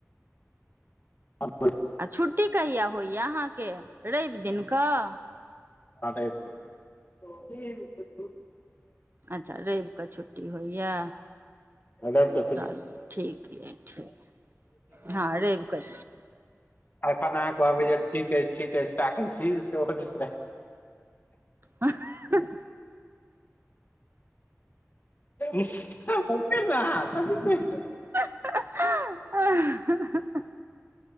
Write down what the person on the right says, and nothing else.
आ छुट्टी कहिया होइए अहाँके रवि दिन कऽ।
अच्छा रवि कऽ छुट्टी होइए।
चलु ठीक यै ठीक, हँ रवि कऽ
अँऽ ह
<unintelligible>